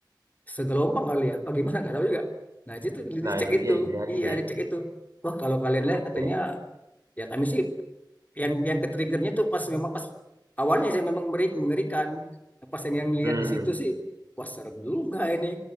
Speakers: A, on the left (about 20°); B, on the right (about 45°).
A: segelombang kali ya apa gimana nggak tahu juga. Nah itu
B: Nah
A: dicek
B: itu
A: itu,
B: dia bisa jadi
A: iya
B: sih.
A: dicek itu. Wah kalau kalian lihat katanya
B: Iya.
A: ya kami sih yang yang ke triggernya tuh pas memang pas awalnya saya memang meri- mengerikan. Nah, Pas yang, yang lihat
B: Hmm.
A: di situ sih, wah serem juga ini.